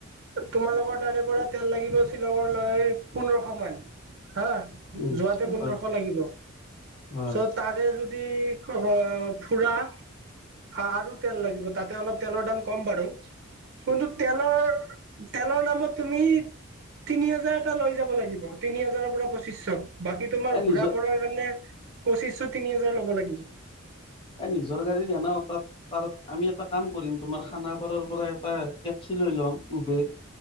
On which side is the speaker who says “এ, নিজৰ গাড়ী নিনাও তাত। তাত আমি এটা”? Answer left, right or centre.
Left